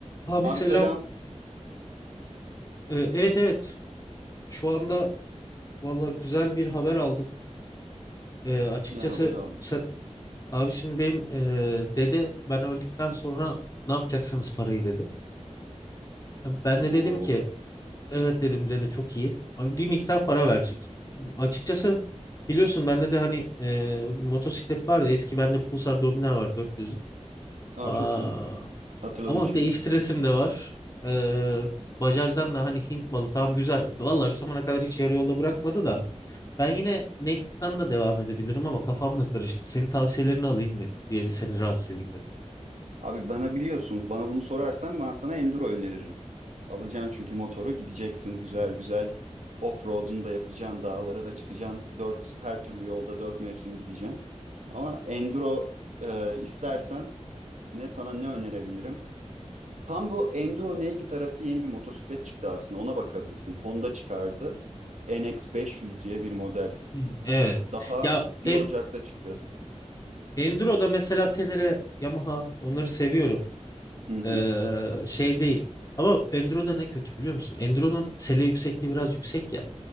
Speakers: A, on the left (about 30°); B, on the right (about 80°).
A: Abi
B: Abi
A: selam.
B: selam.
A: Ee, evet evet. Şu anda valla güzel bir haber aldım. Ee, açıkçası
B: Ne haber aldın?
A: sen, abi şimdi benim e, dede ben öldükten sonra ne yapacaksınız parayı dedi. Ben
B: Oo.
A: de dedim ki evet dedim dede çok iyi. Abi bir miktar para verecek. Açıkçası biliyorsun bende de hani e, motosiklet vardı. Eski bende Pulsar Dominar var 400'lük.
B: Aa
A: Aa,
B: çok iyi. Hatırladım
A: ama
B: şimdi.
A: değiştiresim de var. Ee, Bajaj'dan da hani Hint malı tamam güzel. Valla şu zamana kadar hiç yarı yolda bırakmadı da. Ben yine Naked'dan da devam edebilirim ama kafam da karıştı. Senin tavsiyelerini alayım mı diye bir seni rahatsız edeyim dedim.
B: Abi bana biliyorsun. Bana bunu sorarsan ben sana Enduro öneririm. Alacaksın çünkü motoru gideceksin güzel güzel. Off-road'unu da yapacaksın. Dağlara da çıkacaksın. Dört, her türlü yolda dört mevsim gideceksin. Ama Enduro e, istersen ne sana ne önerebilirim? Tam bu Enduro Naked arası yeni bir motosiklet çıktı aslında. Ona bakabilirsin. Honda çıkardı. NX500 diye bir model.
A: Hmm, Evet.
B: Daha
A: Ya
B: bir
A: en,
B: Ocak'ta çıktı.
A: Enduro'da mesela Tenere, Yamaha onları seviyorum.
B: Hı hı,
A: Ee, şey değil. Ama Enduro'da ne kötü biliyor musun? Enduro'nun sele yüksekliği biraz yüksek ya.